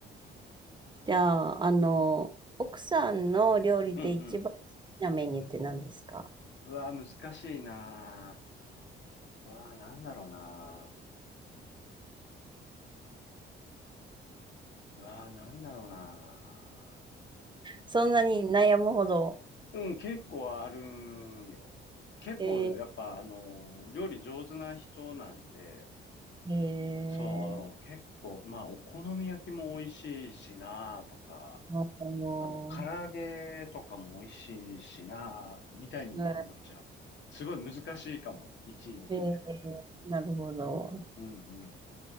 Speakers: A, on the right; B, on the left.
A: じゃあ、あの、奥さんの料理で一番好きなメニューって何ですか
B: うんうん。うわー、難しいなー。うわー、なんだろうなー。うわー、なんだろうな
A: そんなに悩むほど。
B: ー。うん、結構あるんよ。結構、
A: え
B: やっぱ、あの、料理上手な人なんで、
A: ー、え
B: そう、結構、まあ、お好み焼きも美味しいしな、とか。
A: ー、あの、
B: あの、唐揚げとかも美味しいしな、みたいに思っちゃう。
A: え
B: すごい難しいかも。1位を決めるの。
A: ー、えーなるほど
B: うんうん。